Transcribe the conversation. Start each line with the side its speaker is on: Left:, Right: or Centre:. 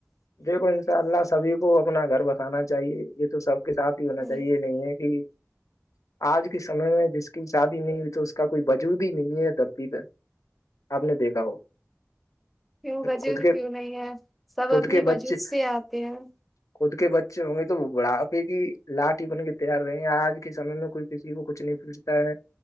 Left: دیکھو ان شاء اللہ سبھی کو اپنا گھر بتانا چاہیے یہ تو سب کے ساتھ ہی ہونا
Centre: ہوں،
Left: چاہیے یہ نہیں ہے کہ <unintelligible> آج کے سمے میں جس کی شادی نہیں ہوئی تو اس کا کوئی وجوود ہی نہیں ہے دھرتی پہ آپ نے دیکھا ہو <unintelligible>
Centre: کیوں وجود
Left: خود کے
Centre: کیوں نہیں ہے سب
Left: خود
Centre: اپنے
Left: کے
Centre: وجود
Left: بچے
Centre: سے آتے ہیں
Left: خود کے بچے ہوں گے تو وہ بڑھاپے کی لاٹھی بن کے تیار رہیں گ آج کے سمے میں کوئی کسی کو کچھ نہیں پوچھتا ہے